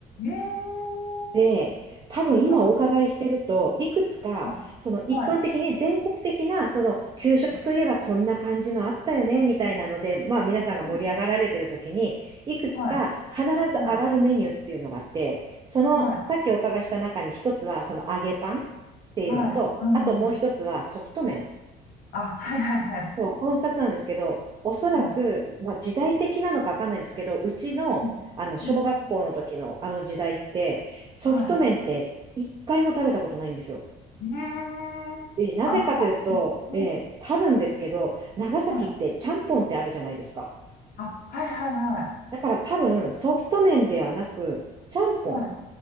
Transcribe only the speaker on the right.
で、多分今お伺いしてると、
いくつか、
その一般的に全国的な、
その給食といえばこんな感じのあったよね、
みたいなので、まあ皆さんが盛り上がられてる時に、
いくつか必ず上がるメニューっていうのがあって、
その、
さっきお伺いした中に一つは、その揚げパンっていうのと、
あともう一つはソフト麺。
そう、この二つなんですけど、おそらく、
まあ、時代的なのかわかんないですけど、うちの、
あの、小学校の時のあの時代って、
ソフト麺って一回も食べたことないんですよ。
で、なぜかというと、
えー多分ですけど、長崎ってちゃんぽんってあるじゃないですか。
だから多分、ソフト麺ではなく、ちゃんぽん。